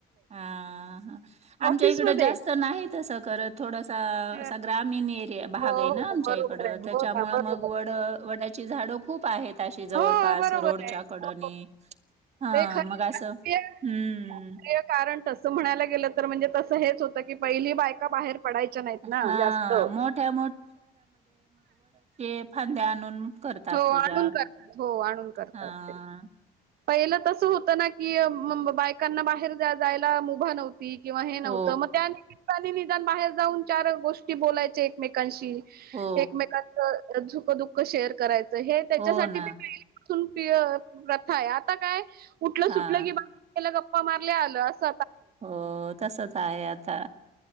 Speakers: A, on the right; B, on the right.
A: हा आमच्या
B: ऑफिसमध्ये.
A: इकड जास्त नाही तस करत थोडसा
B: हं.
A: ा ग्रामी एरि भाग
B: हो,
A: आहे ना
B: हो.
A: आमच्या
B: बरोबर
A: इकड
B: आहे.
A: त्याच्यामुळे
B: हो ना, बरोबर.
A: मग वड झाड खूप आहेत अशी जवळपास
B: हो, बरोबर
A: रोडच्या
B: आहे.
A: कडणी
B: हो, हो.
A: हा
B: ते खरं
A: मग असं
B: शास्त्रीय
A: हम्म
B: शास्त्रीय कारण तसं म्हणायला गेलं तर म्हणजे तसं हेच होतं क पहिली बायका बाहेर पडायच्या नाहीत ना
A: हा
B: जास्त
A: मोठ्या ांद्या आणून
B: हो
A: पूजा
B: आणून करतात हो आणून करतात
A: हा
B: ते पहिलं तसं होतं ना की बायकांना बाहेर जायला मुभा नव्हता किंवा हे नव्हतं
A: हो
B: मग त्या निमित्ताने निदान बाहेर जाऊन चार गोष्टी बोलायचे एकमेकांशी एकमेकचुक
A: हो
B: दुःख शेअर करायचं हे त्याच्यासाठी
A: हो ना
B: ते प्रथा आहे आता काय उठलं
A: हा
B: सुटलं की बाला गप्पा मारल्या आलं अस
A: हो तसच आहे आता